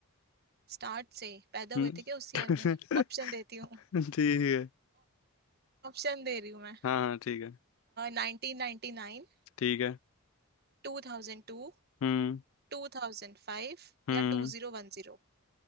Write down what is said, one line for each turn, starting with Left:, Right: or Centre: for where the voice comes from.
Right: स्टार्ट से पैदा
Left: हम्म
Right: हुए थे क्या उस
Left: <laughs>
Right: ईयर में ऑप्शन देती हूँ
Left: ठीक है
Right: ऑप्शन दे रही हूँ मैं
Left: हाँ हाँ ठीक है
Right: नाइनटीन नाइनटी नाइन
Left: ठीक है
Right: टू थाउजेंड टू
Left: हम्म
Right: टू थाउजेंड फाइव
Left: हम्म
Right: या टू जीरो वन जीरो